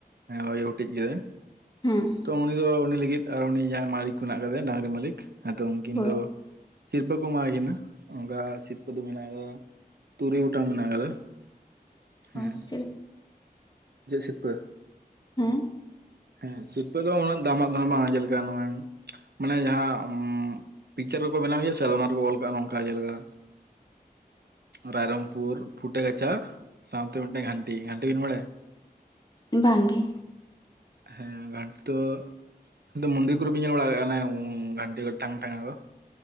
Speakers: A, on the right (about 80°); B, on the left (about 25°).
A: ᱦᱮᱸ ᱳᱭ ᱦᱩᱴᱤᱡ ᱜᱤᱭᱟ. ᱭ
B: ᱦᱮᱸ
A: ᱛᱚ ᱩᱱᱤ ᱫᱚ ᱩᱱᱤ ᱞᱟᱹᱜᱤᱫ ᱟᱨ ᱩᱱᱤ ᱡᱟᱦᱟᱸᱭ ᱢᱟᱞᱤᱠ ᱢᱮᱱᱟᱜ ᱠᱟᱫᱮᱭᱟ ᱰᱟᱝᱨᱤ ᱢᱟᱞᱤᱠ ᱱᱤᱛᱚᱝ ᱩᱱᱠᱤᱱ
B: ᱦᱳᱭ
A: ᱫᱚ ᱥᱤᱨᱯᱟᱹ ᱠᱚ ᱮᱢ ᱠᱤᱱᱟᱹ ᱚᱱᱠᱟ ᱥᱤᱨᱯᱟᱹ ᱫᱚ ᱢᱮᱱᱟᱜᱼᱟ ᱛᱩᱨᱩᱭ ᱜᱴᱟᱝ ᱢᱮᱱᱟᱜ ᱟᱠᱟᱫᱟ᱾ ᱦᱮᱸ
B: ᱚ ᱪᱮᱫ
A: ᱪᱮᱫ ᱥᱤᱨᱯᱟᱹ?
B: ᱦᱮᱸ
A: ᱦᱮᱸ ᱥᱤᱨᱯᱟᱹ ᱫᱚ ᱩᱱᱟᱹᱜ ᱫᱟᱢᱟᱜ ᱫᱚ ᱵᱟᱝ ᱡᱮᱞᱮᱠᱟ ᱱᱚᱜᱼᱚᱭ ᱢᱟᱱᱮ ᱡᱟᱦᱟᱸ ᱯᱤᱠᱪᱟᱨ ᱠᱚᱠᱚ ᱵᱮᱱᱟᱣ ᱜᱮᱭᱟ ᱥᱮ ᱚᱱᱟ ᱨᱮᱠᱚ ᱚᱞ ᱠᱟᱜᱼᱟ ᱱᱚᱝᱠᱟ ᱡᱮᱞᱮᱠᱟ ᱨᱟᱭᱨᱚᱝᱯᱩᱨ ᱯᱷᱩᱴᱟᱹ ᱜᱟᱪᱷᱟ ᱥᱟᱶᱛᱮ ᱢᱤᱫᱴᱟᱝ ᱟᱱᱴᱤ ᱟᱱᱴᱤ ᱵᱤᱱ ᱵᱟᱲᱟᱭᱟ
B: ᱵᱟᱝ ᱜᱮ
A: ᱦᱮᱸ ᱜᱷᱟᱴ ᱫᱚ ᱟᱫᱚ ᱢᱚᱱᱫᱤᱨ ᱠᱚᱨᱮᱵᱮᱱ ᱧᱮᱞ ᱵᱟᱲᱟᱜ ᱠᱟ ᱦᱟᱱᱮ ᱜᱷᱟᱱᱴᱤ ᱠᱚ ᱴᱟᱝ ᱴᱷᱟᱝᱜᱟ ᱠᱚ